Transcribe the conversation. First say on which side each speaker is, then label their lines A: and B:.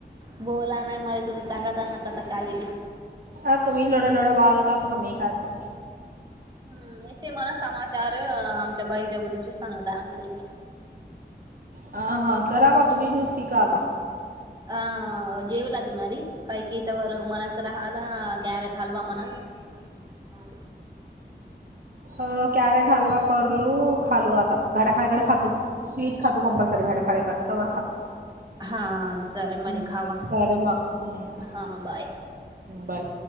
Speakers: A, on the right (about 25°); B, on the right (about 55°).
A: बोला नाही मला तुम्ही सांगतानास आता काही बी. <unintelligible>
B: आ तुम्ही लुड लुड वाजता आता काय करू. <unintelligible>
A: हम् असे मला समाचार आमच्या बाईच्या गुडीशी सांगत आहे आमला मी. <unintelligible>
B: ह हा करावा तु्ही को सी कााता
A: अह जेव ला की मारी काही कि तवर मनात हला कॅरेट हलवा मणा काल
B: अ कॅरेट हलवा करलो खालो आता घाड्या खायकडे खातो. स्वीट खातो कंपल्सरी घाड्या खाल्याकडेवर खातो.
A: हा सर मर
B: हम्म
A: खावा
B: हम्म
A: हा बाय.
B: बाय.